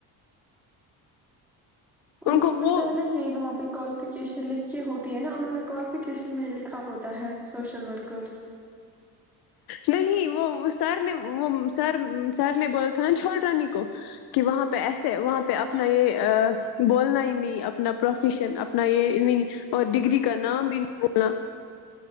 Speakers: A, in the centre; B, on the left.
A: ان
B: کو وہ
A: پہلے ہی وہاں پہ کوالیفکیشن لکھھی ہوتی ہے نا انہوں نے کوالفیکیشن میں لکھا ہوتا ہے سوشل ورکرس
B: نہیں وہ سر نے وہ سر سر نے بولا تھا نا چھوڑ رانی کو کہ وہاں پہ ایسے وہاں پہ اپنا یہ بولنا ہی نہیں اپنا پروفیشن اپنا یہ نہیں اور ڈگری کا نام بھی نہیں بولنا